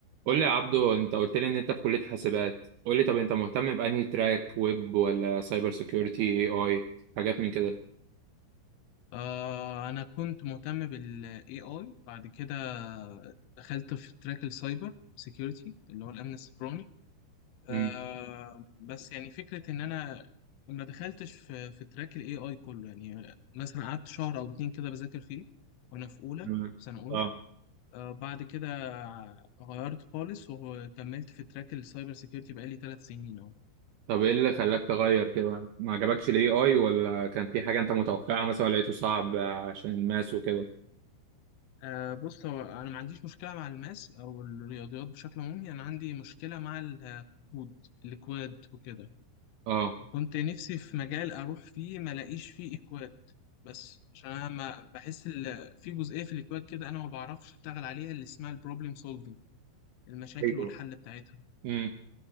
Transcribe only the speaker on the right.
قول لي يا عبدو انت قلت لي ان انت في كلية حاسبات قول لي طب انت مهتم بأنهي تراك ويب ولا سايبر سيكيورتي اي اي حاجات من كده
مم.
مم.
اه
طب ايه اللي خلاك تغير كده ما عجبكش الاي اي ولا كان في حاجة انت متوقعها مثلا ولا لقيته صعب عشان الماس وكده
اه
ايوه
امم